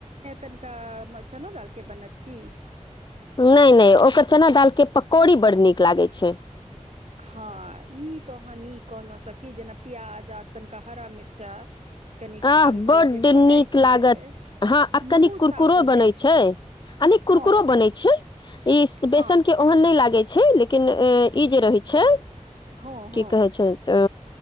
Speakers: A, on the right (about 60°); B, on the left (about 35°).
A: तनिका मचनो दालके बनत की।
B: नहि-नहि ओकर चना दालके पकौड़ी बड्ड नीक लागै छै।
A: हँ ई तो अहाँ नीक कहलहु सखी जेना प्याज आ तनिका हरा मिर्चा कनिक
B: आ
A: डाल
B: बड्ड
A: के जे बनै
B: नीक
A: छै
B: लागत हँ आ
A: मुँह
B: कनि कुरकुरो
A: साफ हो
B: बनैत
A: जाइ
B: छै। अने कुरकुरो
A: हँ
B: बनै छै ई
A: हँ
B: बेसन के ओहन नहि लागे छै लेकिन ई जे रहै छै
A: हँ हँ
B: की कहे छै। तउ